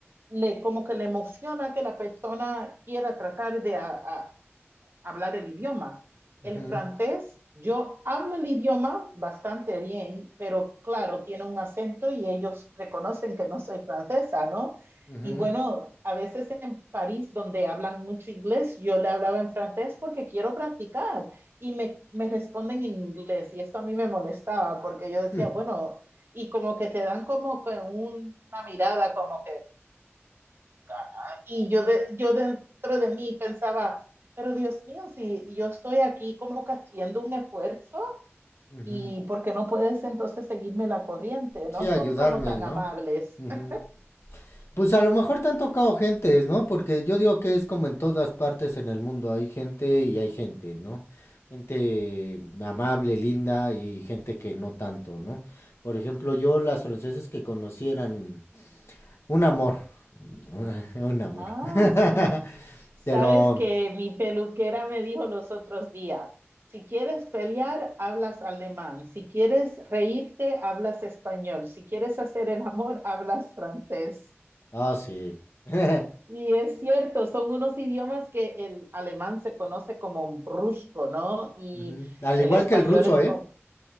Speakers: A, on the right; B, on the left.
A: le como que le emociona que la persona quiera tratar de a- a- hablar el idioma.
B: ujú,
A: El francés, yo hablo el idioma bastante bien, pero claro, tiene un acento y ellos reconocen que no soy francesa, ¿no?
B: ujú,
A: Y bueno, a veces en París, donde hablan mucho inglés, yo le hablaba en francés porque quiero practicar y me, me responden en inglés. Y esto a mí me molestaba porque yo decía,
B: Hmm,
A: bueno, y como que te dan como con una mirada como que gana. Y yo, de, yo dentro de mí pensaba, pero Dios mío, si yo estoy aquí como que haciendo un esfuerzo
B: ujú.
A: y ¿por qué no puedes entonces seguirme la corriente? No
B: Sí,
A: son
B: ayudarme,
A: como tan
B: ¿no?
A: amables.
B: Ujú.
A: <laughs>
B: Pues a lo mejor te han tocado gentes, ¿no? Porque yo digo que es como en todas partes en el mundo, hay gente y hay gente, ¿no? Gente amable, linda y gente que no tanto, ¿no? Por ejemplo, yo las francesas que conocieran un amor, <laughs> un amor.
A: ah,
B: <laughs>
A: sí. Sabes
B: Pero,
A: que mi peluquera me dijo los otros días, si quieres pelear, hablas alemán. Si quieres reírte, hablas español. Si quieres hacer el amor, hablas francés.
B: ah, sí. <laughs>
A: Y es cierto, son unos idiomas que el alemán se conoce como brusco, ¿no? Y
B: Ujú. Al
A: el
B: igual
A: español
B: que el ruso,
A: es
B: ¿eh?
A: como,